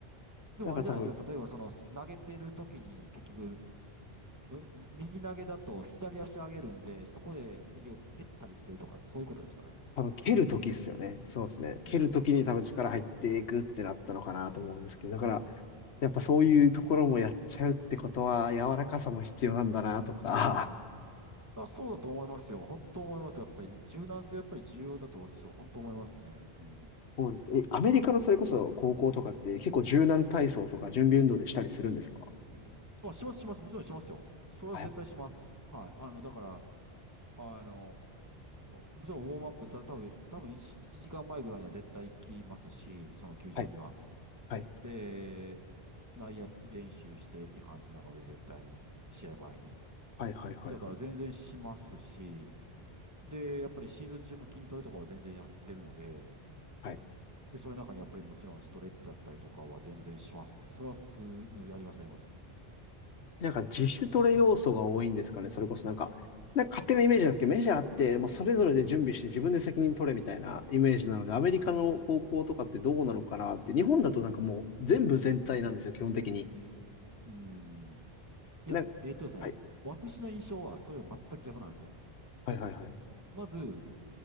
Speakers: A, on the left (about 85°); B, on the right (about 15°).
A: <laughs>
B: でもあれじゃないですか。
A: なんか多分、
B: 例えば、その、投げてる時に、結局、う右投げだと左足上げるんで、そこで、結局、蹴ったりしてるとか、そういうことですかね。
A: 多分蹴るときっすよね。そうですね。
B: うん。
A: 蹴るときに多分力入っていくってなったのかなと思うんですけど、だからやっぱそういうところもやっちゃうってことは柔らかさも必要なんだなとか、
B: あ、そうだと思いますよ。本当思います。やっぱり、柔軟性やっぱり重要だと私は本当思いますね。うん。
A: そうです。え、アメリカのそれこそ高校とかって結構柔軟体操とか準備運動でしたりするんですか
B: あ、します、します。もちろんしますよ。それは絶対します。
A: はい、
B: はい。あの、だから、あのーもちろんウォームアップだ、た多分、多分1、一時間前ぐらいには絶対行きますし、その球場には。
A: はい、は
B: で、内野練習してって感じなので、絶対に、試合前に。
A: い、はい、はい、はい。
B: だから全然しますし、で、やっぱりシーズン中も筋トレとかは全然やってるので、
A: はい
B: で、それの中にやっぱりもちろんストレッチだったりとかは全然しますね。それは普通やります、やります。
A: なんか自主トレ要素が多いんですかねそれこそなんか、なんか勝手なイメージなんですけど、メジャーってもうそれぞれで準備して自分で責任取れみたいなイメージなので、アメリカの高校とかってどうなのかなって、日本だとなんかもう全部全体なんですよ、基本的に。
B: うーん。いや、
A: なんか、
B: えっとですね、
A: はい、
B: 私の印象はそれが全く逆なんですよ。
A: はい、はい、はい、
B: まず、